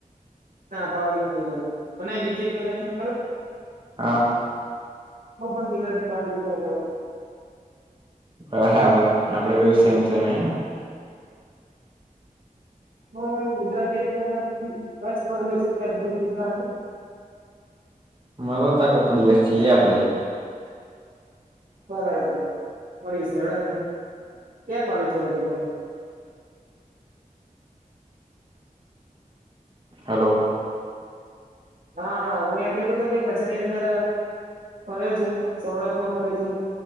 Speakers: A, on the right (about 65°); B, on the right (about 35°).
A: ના પાાવ નથી ના મે પ
B: હા
A: હું પણ બીજ મારે બી ક ગ
B: બરાબર આપડે બે સેમ સેમ એમ
A: હ ગુજરાતી ક ફણ છે ક જજરા.
B: મળલો ત કોક દિવસ છીએ આપણેે.
A: બરાબર મળીશ હડને ક્યાં કોલેજ કર હતો.
B: હલોલો.
A: હા હું એમ કેતોું હતો કે કચ્છની અંદર ફર્યો છું સૌરાષ્ટ્રમાં ફર્યો છું.